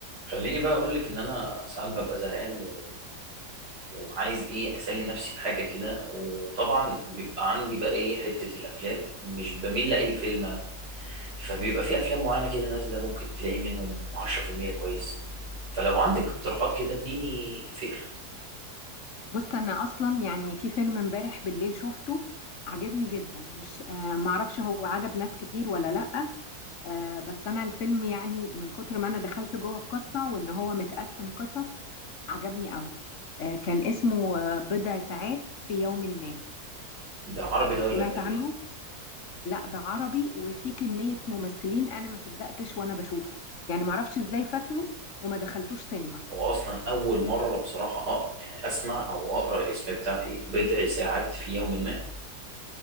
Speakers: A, on the right; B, on the left.
A: خليني بقى اقول لك ان انا ساعات ببقى زهقان و... وعايز ايه اسلي نفسي بحاجه كده وطبعا بيبقى عندي بقى ايه حته الافلام مش بميل لاي فيلم انا فبيبقى في افلام معينه كده نازله ممكن تلاقي منهم 10% كويس فلو عندك اقتراحات كده اديني فكره
B: بص انا اصلا يعني في فيلم امبارح بالليل شفته عجبني جدا مش آه معرفش هو عجب ناس كتير ولا لأ آه بس انا الفيلم يعني من كتر ما انا دخلت جوه القصة وان هو متقسم قصص عجبني قوي آه كان اسمه آه بضع ساعات في يوم ما
A: ده عربي ده ولا
B: سمعت
A: اجنبي
B: عنه لا ده عربي وفي كمية ممثلين انا ما صدقتش وانا بشوفه يعني معرفش ازاي فاتني وما دخلتوش سينما
A: هو اصلا اول مره بصراحه أق... يعني اسمع او اقرا الاسم بتاع ايه بضع ساعات في يوم ما